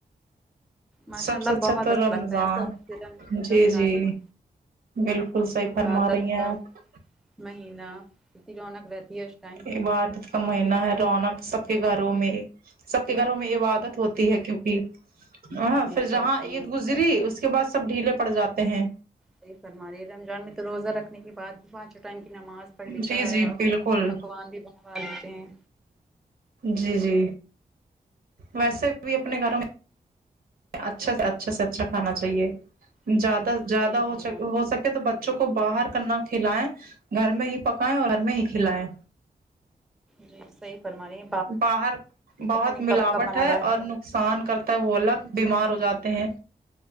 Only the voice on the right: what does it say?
سب
سے
تو
رمضان
جی
جی
بالکل صحیح
فرما رہی ہیں
آپ
عبادت کا مہینہ ہے رونق سب کے گھروں میں سب کے گھروں میں عبادت ہوتی ہے کیونکہ ہاں
پھر جہاں
عید گزری اس کے بعد سب ڈھیلے پڑ جاتے ہیں
جی
جی
بالکل
جی جی ویسے بھی اپنے گھروں میں اچھا سے اچھا سے اچھا کھانا چاہیے
زیادہ زیادہ
ہو
سک تو بچوں کو باہر کا نہ کھلائیں گھر میں ہی پکائیں اور گھر میں ہی کھلائیں
باہر بہت
ملاوٹ
ہے
اور ن قصان کرتا ہے وہ الگ بیمار ہو جاتے ہیں